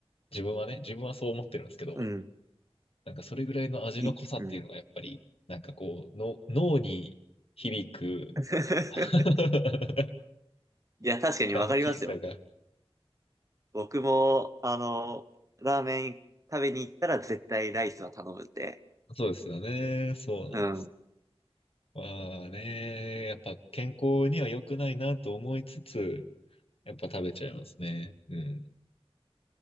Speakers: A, on the left; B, on the right.
A: 自分はね、自分はそう思ってるんですけど、
B: うん。
A: なんかそれぐらいの味の濃さっていうのがやっぱり、
B: いい。うん。
A: なんかこう、の脳に響く
B: <laughs>
A: <laughs>
B: いや、確かにわかりますよ。
A: ヤンキーさが。
B: 僕も、あの、ラーメン食べに行ったら絶対ライスは頼むんで。
A: そうですよね。そうなんです。
B: うん。
A: まあね、やっぱ健康には良くないなと思いつつ、やっぱ食べちゃいますね。うん。